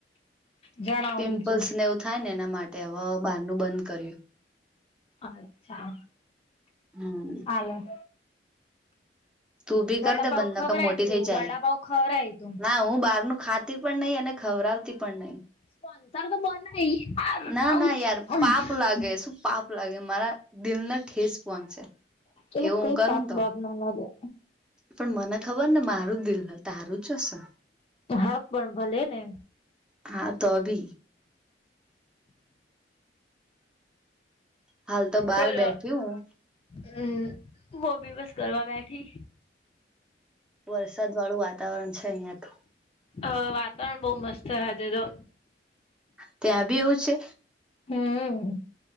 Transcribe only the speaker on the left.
જણાવો
બીજું
અચ્છા.
હાલે.
વડાપાવ
ખવરાય
તું
વડાપાવ ખવરાય
તું
અત્યારે તો બંધ નહીં
<inaudible>
આવુચ
એવું કઈ
પાપ
બાપ ના લાગે
હા પણ ભલે ને
બોલો
હમ હોબી બસ કરવા બેઠી
અ વાતાવરણ બહુ મસ્ત છે આજે તો
હમ